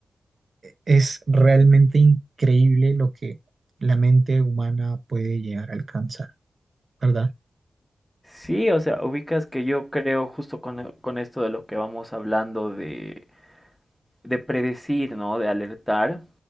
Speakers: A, on the right; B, in the centre.
A: es realmente increíble lo que la mente humana puede llegar a alcanzar, ¿verdad?
B: Sí, o sea, ubicas que yo creo justo con, con esto de lo que vamos hablando de, de predecir, ¿no? De alertar.